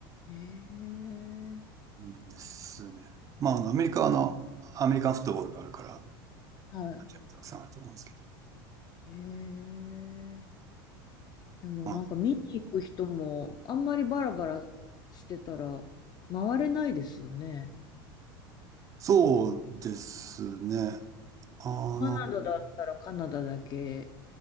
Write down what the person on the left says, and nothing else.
え、
はい。
へえ。でもなんか見に行く人もあんまりバラバラしてたら回れないですよね。
カナダだったらカナダだけ